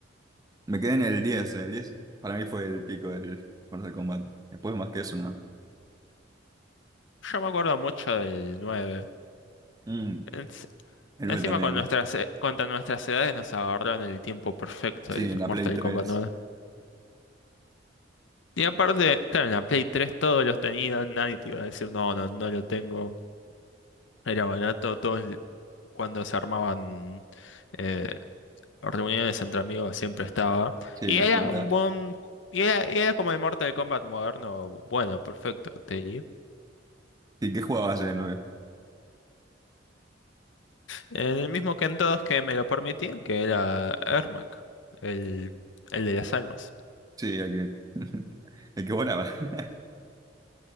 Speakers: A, on the right (about 20°); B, on the left (about 80°).
A: Me quedé en el diez el diez para mí fue el pico del Mortal Kombat. Después más que eso, ¿no?
B: Yo me acuerdo mucho del 9.
A: Mm,
B: Ens-
A: el
B: Encima
A: 9 también,
B: con nuestras, eh, contra nuestras edades nos agarraron el tiempo perfecto
A: sí,
B: del
A: en la
B: Mortal
A: Play 3
B: Kombat nueve. Y aparte, claro, en la Play 3 todos los tenían, nadie te iba a decir, no, no, no lo tengo. Era barato, todos cuando se armaban eh, reuniones entre amigos siempre estaba.
A: sí,
B: Y
A: la
B: era
A: junta.
B: un buen... Y era, y era como el Mortal Kombat moderno. Bueno, perfecto, Tilly.
A: ¿Y qué jugabas en el nueve
B: En el mismo que en todos que me lo permitían, que era Ermac, el, el de las almas.
A: Sí, el que, <laughs> el que volaba. <laughs>